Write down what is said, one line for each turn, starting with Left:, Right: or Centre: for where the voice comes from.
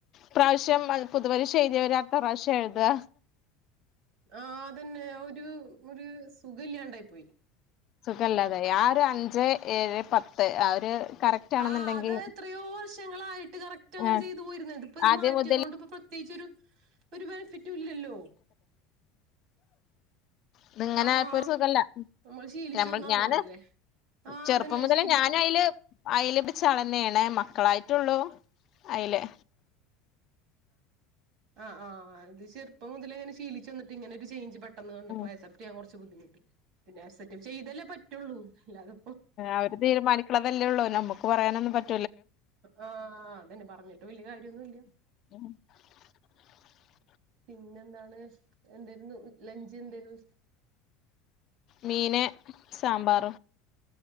Left: പ്രാവശ്യം പുതു പരീഷ എഴുതിയവര് അട്ത്ത പ്രാവശ്യം എഴുതുക
Right: ആ അതന്നെ ഒരു ഒരു സുഖ ഇല്ലാണ്ടായി പോയി
Left: ക്കല്ലാതെ ആ ഒരു അഞ്ച് ഏഴ് പത്ത് ആ ഒരു കറക്റ്റ് ആണെന്നുണ്ടെങ്കി
Right: ആഹ് അത് എത്രയോ വർഷങ്ങളായിട്ട് കറക്റ്റ് അങ്ങനെ
Left: ആഹ്
Right: ചെയ്ത് പോയിരുന്നത് ഇപ്പൊ ഇത്
Left: ആദ്യം
Right: മാറ്റി
Left: മുതൽ
Right: അതുകൊണ്ട് പ്രത്യേകിച്ചരു ഒരു ബെനിഫിറ്റ ല്ലല്ലോ
Left: ഇത്ങ്ങനെ
Right: ആഹ്
Left: ആയപ്പോ ഒരു സുഖല്ല
Right: നമ്മൾ ശീലിച്ചു
Left: നമ്മൾ
Right: വന്ന
Left: ഞാന്
Right: അങ്ങനെയല്ലേ ആഹ്
Left: ചെറുപ്പം
Right: അതന്നെ
Left: മുതലേ
Right: ശീലിച്ചു
Left: ഞാനും അതില് അയിലപിച്ച ആള തന്നെയണേമ്മ മക്കളായിട്ടുള്ളൂ അയില്ലേ
Right: ആഹ ആത് ചെറപ്പം മുതലേ ഇങ്ങനെ ശീലിച്ച വന്നിട്ട് ഇങ്ങനെ ഒരു ചേഞ്ച് പ പെട്ടെന്ന് കണ്ടപ്പോ
Left: ഉം
Right: അ ആസപ്റ്റ് ചെയ്യാൻ കുറു ബുദ്ധിമുട്ട് പിന്നെ ആക്സെറ്ററ്റ് ചെയ്തല്ലേ പറ്റുള്ളൂ അല്ലാതെ
Left: അവര് തീരുമാനിക്കുള്ളതല്ലേ ഉള്ളൂ നമുക്ക് പറയാനൊന്നും പറ്റി
Right: ആ അതന്നെ പറഞ്ഞിട്ട് വലിയ കാര്യമൊന്നുംല്ല
Left: <unintelligible>
Right: പിന്നെ എന്താണ് എന്തായിരുന്നു ലഞ്ച് എന്തായിരുന്നു
Left: മീന സാമ്പാർ